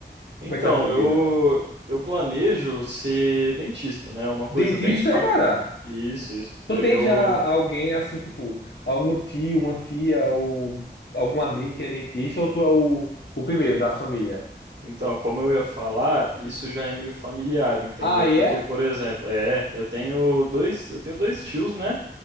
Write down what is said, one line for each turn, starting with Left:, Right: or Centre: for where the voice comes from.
Left: Como
Right: Então,
Left: é que tá a tua
Right: eu,
Left: vida?
Right: eu planejo ser dentista, né? Uma coisa
Left: Dentista,
Right: bem, fa-
Left: é, cara?
Right: isso, isso.
Left: Tu
Right: Pre-
Left: tem
Right: Eu
Left: já alguém assim, tipo, algum tio, uma tia ou algum amigo que é dentista ou tu é o, o primeiro da família?
Right: Então, como eu ia falar, isso já é meio familiar, entendeu?
Left: Ah, e
Right: Porque,
Left: é?
Right: por exemplo, é, eu tenho dois, eu tenho dois tios, né?